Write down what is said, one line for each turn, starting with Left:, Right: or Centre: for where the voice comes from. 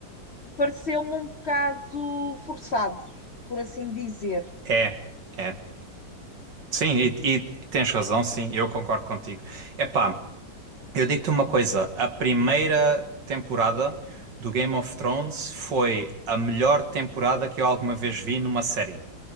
Left: pareceu-me um bocado forçado, por assim dizer.
Right: É, é. Sim, e, e tens razão, sim, eu concordo contigo. Epá. Eu digo-te uma coisa, a primeira temporada do Game of Thrones foi a melhor temporada que eu alguma vez vi numa série.